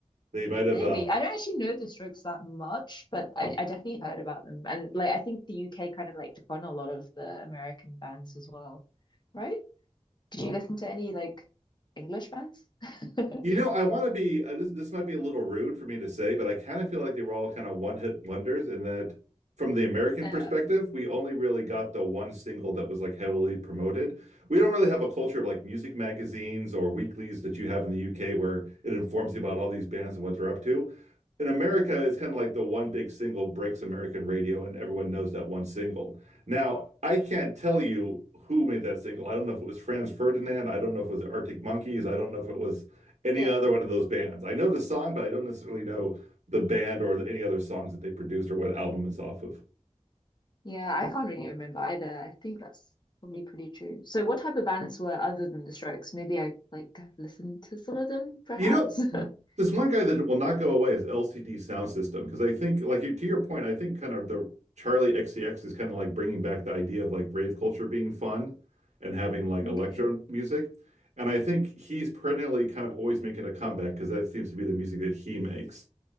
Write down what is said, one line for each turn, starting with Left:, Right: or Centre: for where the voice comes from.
Right: They might have
Left: Maybe.
Right: uh,
Left: I don't actually know the Strokes that much, but I, I definitely heard about them. And like I think the UK kind of like took on a lot of the American bands as well, right? Did you listen to any like English bands? <laughs>
Right: You know, I want to be uh, this this might be a little rude for me to say, but I kind of feel like they were all kind of one-hit wonders in that from the American
Left: Uh,
Right: perspective, we only really got the one single that was like heavily promoted. We don't really have a culture of like music magazines or weeklies that you have in the UK where it informs you about all these bands and what they're up to. In America, it's kind of like the one big single breaks American radio and everyone knows that one single. Now, I can't tell you who made that single. I don't know if it was Franz Ferdinand. I don't know if it was the Arctic Monkeys. I don't know if it was any
Left: yeah.
Right: other one of those bands. I know the song, but I don't necessarily know the band or any other songs that they produced or what album it's off of.
Left: Yeah, I can't really remember either. I think that's probably pretty true. So what type of bands were other than the Strokes? Maybe I like listened to some of them, perhaps.
Right: You know,
Left: <laughs>
Right: this one guy that will not go away is LCD Sound System because I think, like to your point, I think kind of the Charlie XCX is kind of like bringing back the idea of like rave culture being fun and having like electro
Left: Okay.
Right: music. And I think he's perennially kind of always making a comeback because that seems to be the music that he makes.